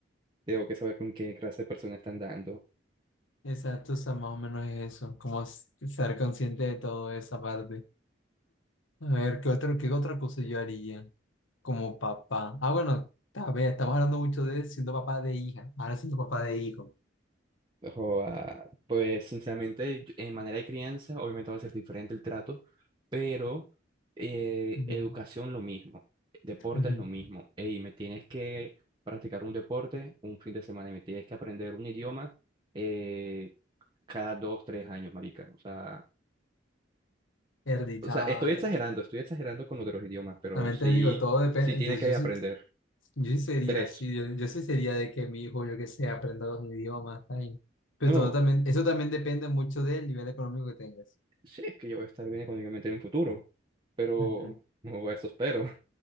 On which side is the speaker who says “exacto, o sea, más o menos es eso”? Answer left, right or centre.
Left